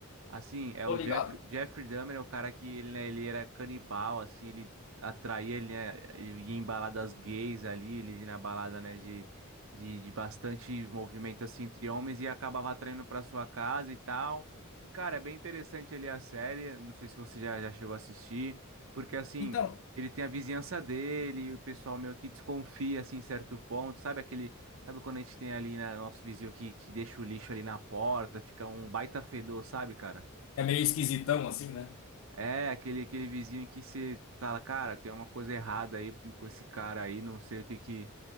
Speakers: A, on the right; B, on the left.
A: Assim, é
B: Tô
A: o
B: ligado.
A: Jeff, Jeffrey Dahmer, é o cara que ele, né, ele era canibal, assim, ele atraía, ele, né, ele ia em baladas gays ali, ele ia na balada, né, de, de, de bastante movimento, assim, entre homens e acabava atraindo pra sua casa e tal. E, cara, é bem interessante ali a série, não sei se você já, já chegou a assistir, porque, assim...
B: Então,
A: Ele tem a vizinhança dele, o pessoal meio que desconfia assim em certo ponto, sabe aquele, sabe quando a gente tem ali, né, nosso vizinho que, que deixa o lixo ali na porta, fica um baita fedor, sabe, cara?
B: é meio esquisitão assim, né?
A: É, aquele, aquele vizinho que você fala, cara, tem uma coisa errada aí com com esse cara aí, não sei o que que,